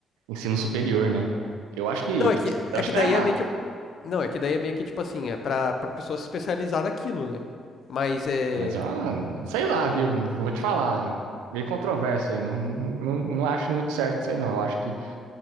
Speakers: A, on the right; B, on the left.
A: ensino superior, né? Eu acho que,
B: não, é
A: tipo,
B: que, é
A: eu acho
B: que
A: que
B: daí
A: tá errado.
B: é meio que. Não, é que daí é meio que, tipo assim, é pra, pra pessoa se especializar naquilo, né? Mas é.
A: Mas, ah, sei lá, viu? Vou te falar. Meio controverso aí. Não, não, não acho muito certo isso aí, não. Eu acho que